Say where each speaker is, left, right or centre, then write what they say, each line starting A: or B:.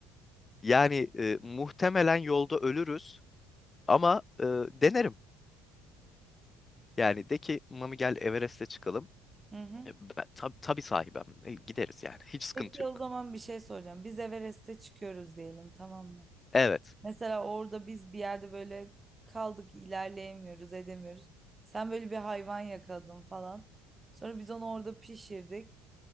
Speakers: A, on the left; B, on the right.
A: yani e, muhtemelen yolda ölürüz ama e, denerim. Yani de ki Mami gel Everest'e çıkalım.
B: Hı hı.
A: E, ben, tab tabii sahibim. E, gideriz yani. Hiç sıkıntı
B: Peki
A: yok.
B: o zaman bir şey soracağım. Biz Everest'e çıkıyoruz diyelim, tamam mı?
A: Evet.
B: Mesela orada biz bir yerde böyle kaldık, ilerleyemiyoruz, edemiyoruz. Sen böyle bir hayvan yakaladın falan. Sonra biz onu orada pişirdik.